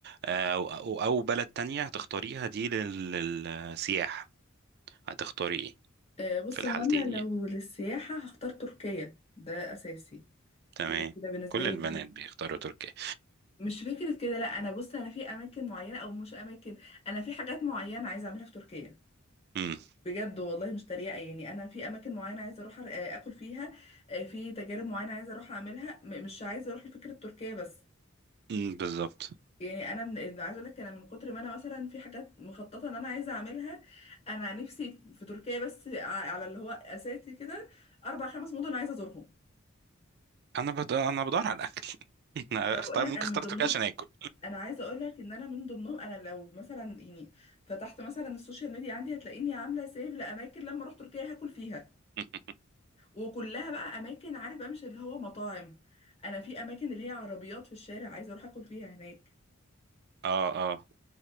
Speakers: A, on the right; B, on the left.
A: آه، أو أو أو بلد تانية هتختاريها دي لل... للسياحة هتختاري إيه
B: آه، بص
A: في الحالتين
B: هو انا لو
A: يعني
B: للسياحة هختار تركيا ده اساسي
A: تمام
B: كده كده بالنسبة
A: كل
B: لي
A: البنات
B: دي
A: بيختاروا تركيا
B: مش فكرة كده لا انا بص انا في اماكن معينة او مش اماكن انا في حاجات معينة عايزة اعملها في تركيا
A: امم
B: بجد والله مش تريقة يعني انا في اماكن معينة عايزة اروح أر- آه، اكل فيها آه، في تجارب معينة عايزة اروح اعملها م- مش عايزة اروح لفكرة تركيا بس
A: أمم، بالظبط
B: يعني انا من أنا عايزه اقول لك انا من كتر ما انا مثلا في حاجات مخططه ان انا عايزه اعملها انا نفسي في تركيا بس ع- على اللي هو اساسي كده اربع خمس مدن عايزه ازورهم
A: أنا بد... أنا بدور على الأكل <laughs> أنا
B: ما بقول
A: اختار
B: لك
A: ممكن
B: انا
A: اختار
B: من ضمنهم
A: تركيا عشان آكل
B: انا عايزه اقول لك ان انا من ضمنهم انا لو مثلا يعني فتحت مثلا السوشيال ميديا عندي هتلاقيني عامله سيف لاماكن لما اروح تركيا هاكل فيها
A: <laughs>
B: وكلها بقى اماكن عارف بقى مش اللي هو مطاعم انا في اماكن اللي هي عربيات في الشارع عايزه اروح اكل فيها هناك
A: اه اه